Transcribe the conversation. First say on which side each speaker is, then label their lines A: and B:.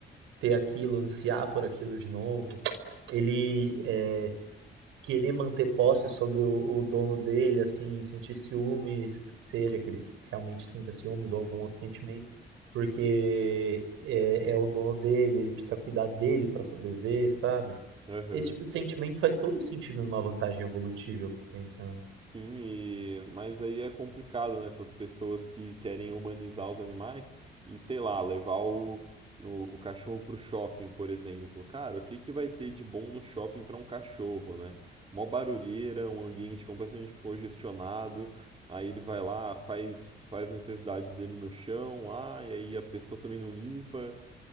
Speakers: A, on the right; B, on the right.
A: ter aquilo, ansiar por aquilo de novo, ele é, querer manter posse sobre o, o dono dele, assim, sentir ciúmes, que seja que ele realmente sinta ciúmes ou algum outro sentimento porque é, é o dono dele, ele precisa cuidar dele para sobreviver, sabe?
B: aham.
A: Esse tipo de sentimento faz todo sentido numa vantagem evolutiva, eu fico pensando.
B: Sim, e- mas aí é complicado, né? Essas pessoas que querem humanizar os animais e, sei lá, levar o, o, o cachorro pro shopping, por exemplo. Cara, o que que vai ter de bom no shopping pra um cachorro, né? Mó barulheira, um ambiente completamente congestionado. Aí ele vai lá, faz, faz a necessidade dele no chão, lá, e aí a pessoa também não limpa.